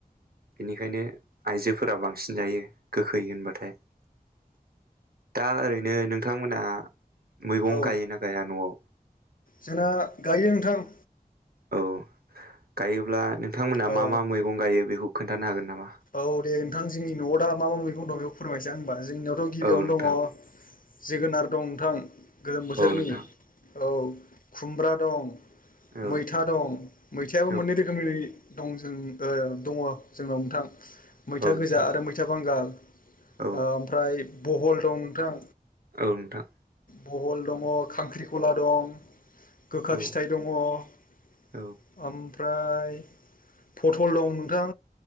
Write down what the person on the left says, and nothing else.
औ
जोंना गायो नोंथां।
औ
औ दे नोंथां जोंनि न'आव दा मा मा मैगं दं बेखौ फोरमायनोसै आं होनबा जोंनियावथ' गिबियावनो
दङ' जोगोनार दं नोंथां गोलोम बोथोरनि
औ खुमब्रा दं
मैथा दं मैथायाबो
मोननै रोखोमनि दं जों दङ' जोंनाव नोंथां मैथा
गोजा
आरो मैथा बांगाल
ओमफ्राय बहल दं नोंथां।
बहल दङ' खांख्रिखला दं गोखा
फिथाइ दङ' ओम
फ्राय पटल दं नोंथां